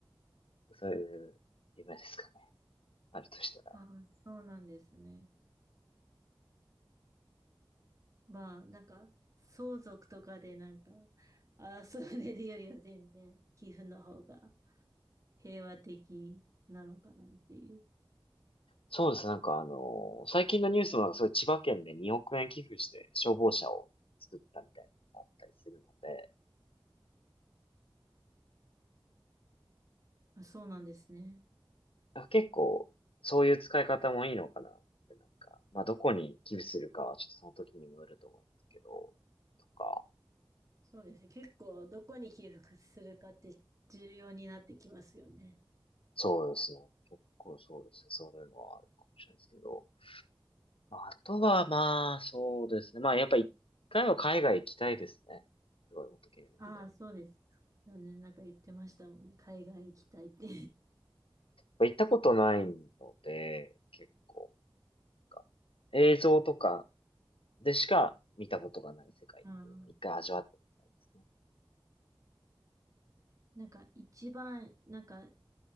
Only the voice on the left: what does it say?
な。そういう夢ですかね。あるとしたら。
そうです。なんかあのー最近のニュースもなんかそういう千葉県で2億円寄付して消防車を作ったみたいなのがあったりするので、
あ、結構、そういう使い方もいいのかなって、なんか、まあ、どこに寄付するかはちょっとその時にもよると思うんですけど、とか、
そうですね。結構そうですね。そういうのはあるかもしれないですけど。まああとは、まあ、そうですね。まあ、やっぱ一回は海外行きたいですね。すごい、本当にいいね。
やっ
ぱ行ったことないので、結構、なんか、映像とかでしか見たことがない世界っていうのを一回味わってみたいですね。